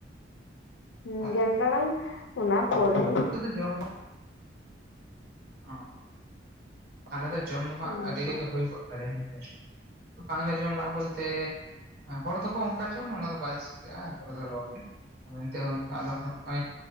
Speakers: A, on the left; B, on the right.
A: ᱦᱩᱸ,
B: ᱚ
A: ᱜᱮᱞ ᱴᱟᱲᱟᱝ ᱚᱱᱟ ᱯᱚᱨᱮ
B: ᱡᱚᱢ‌ ᱫᱚ, ᱚ ᱟᱞᱮ ᱫᱚ ᱡᱚᱢ ᱫᱚ ᱦᱟᱸᱜ
A: ᱟᱸᱡᱚᱢᱚᱜ
B: ᱟᱹᱰᱤ ᱨᱮ ᱜᱮ ᱦᱳᱭ ᱠᱚᱜ ᱛᱟᱞᱮᱭᱟ ᱦᱮᱸ ᱥᱮ? ᱵᱟᱝ ᱞᱮ ᱡᱮᱢ ᱞᱮᱜ-ᱟ ᱵᱳᱞᱛᱮ, ᱮ ᱦᱚᱲ ᱫᱚ ᱠᱚ ᱚᱝᱠᱟ ᱦᱚᱪᱚᱱ ᱚᱱᱟ ᱫᱚ ᱵᱟᱭ ᱪᱤᱠᱟᱹᱜᱼᱟ ᱨᱚᱲ ᱜᱮ ᱟᱫᱚ ᱱᱤᱛᱚ ᱟᱫᱚ ᱱᱚᱜᱼᱚᱭ